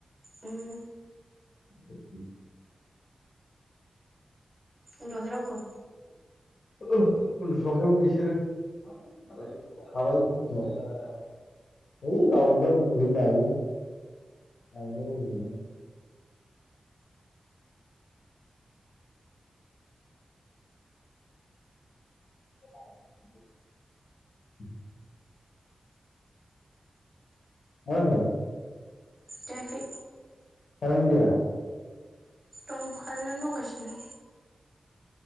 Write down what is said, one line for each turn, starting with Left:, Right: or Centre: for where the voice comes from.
Right: ओम
Left: <unintelligible>
Right: उदुआखै रावबो।
Left: औ उन्दुथ'आखैमोन बिसोरो <unintelligible> <unintelligible> <unintelligible> <unintelligible>
Right: दाखै
Left: कारेन गैया
Right: दंखानानै दंगासिनो